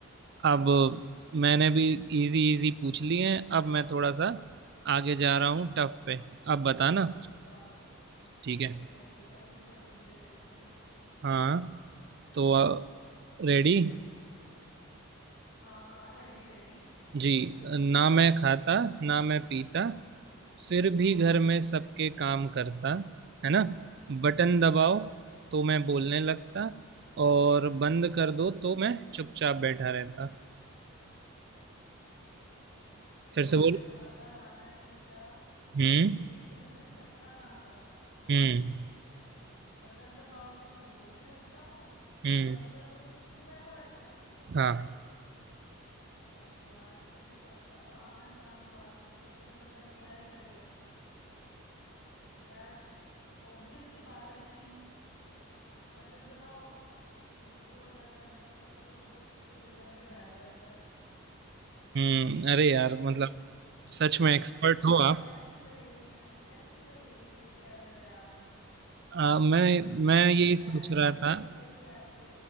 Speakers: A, on the right; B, on the left.
A: अब मैंने भी इजी इजी पूछ लिए हैं अब मैं थोड़ा सा आगे जा रहा हूँ टफ पे अब बताना
B: चलो
A: ठीक
B: ठीक
A: है
B: है ठीक है पूछो तुम भी मेरे से
A: हाँ तो रेडी
B: हाँ हाँ रेडी रेडी
A: जी ना मैं खाता ना मैं पीता फिर भी घर में सबके काम करता है ना बटन दबाओ तो मैं बोलने लगता और बंद कर दो तो मैं चुपचाप बैठा रहता फिर
B: ना
A: से
B: मैं
A: बोलो
B: खाता ना मैं पीता
A: हम्म
B: फिर भी घर में सबका काम करता
A: हम्म
B: बटन दबाओ तो मैं बोलने लगता हूँ
A: हम्म
B: और बंद कर दो तो चुप बैठा रहता हूँ
A: हाँ
B: अरे यार इतने स- आसान आसान सवाल पूछोगे तो बंदा क्या ही करेगा यार ऑब्वियस सी बात है टीवी बटन दबाओ तो शुरू हो जाता है बटन बंद कर दो तो चुप करके बैठ जाता है
A: हम्म अरे यार
B: क्या
A: मतलब सच में
B: अरे
A: एक्सपर्ट
B: यार
A: हो आप
B: कैसी पहेलियां कैसी पहेलियां लेके आए हो यार तुम
A: आ, मैं मैं
B: कुछ
A: यही
B: ऐसी
A: सोच रहा
B: पहेलियां
A: था
B: लेके आते